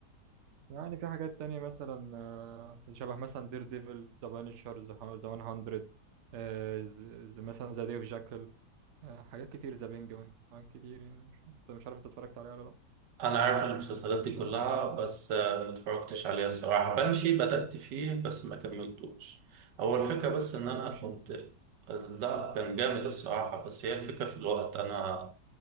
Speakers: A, on the right (about 55°); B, on the right (about 80°).
A: يعني في حاجات تانية مثلا آه، شبه مثلا دير ديفل ذا بانشر ذا 100 آه، ز- ز- مثلا ذا ديف جاكل آه، حاجات كتير ذا بينجوين حاجات كتير يعني مش عارف مش عارف انت اتفرجت عليها ولا لا
B: انا عارف المسلسلات
A: بانشي
B: دي كلها بس آه ما اتفرجتش عليها الصراحه بنشي بدأت فيه بس ما كملتوش هو الفكره بس ان
A: ما عجبكش؟
B: انا كنت لا كان جامد الصراحه بس هي الفكره في الوقت انا